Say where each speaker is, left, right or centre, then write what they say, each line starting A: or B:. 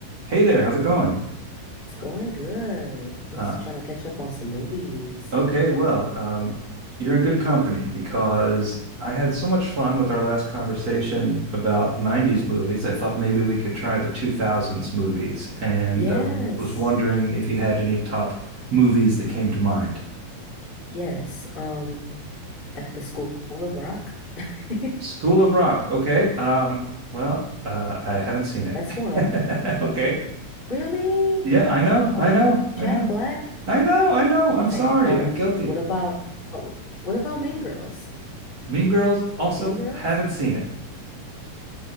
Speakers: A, on the right; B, on the left.
A: Hey there, how's it going?
B: It's going good. Just
A: Uh,
B: trying to catch up on some movies.
A: okay, well, um, you're in good company because I had so much fun with our last conversation about 90s movies. I thought maybe we could try the 2000s movies, and
B: Yes.
A: I w was wondering if you had any top movies that came to mind.
B: Yes. Um, like the School of Rock. <laughs>
A: School of Rock, okay. Um, well, uh, I haven't seen it.
B: That's one.
A: <laughs> Okay.
B: Really?
A: Yeah,
B: Oh,
A: I know, I
B: with
A: know,
B: Jack
A: I know,
B: Black?
A: I know, I know. I'm
B: Okay.
A: sorry,
B: Um,
A: I'm guilty.
B: what about what about Mean Girls?
A: Mean Girls, also
B: Mean Girls?
A: haven't seen it.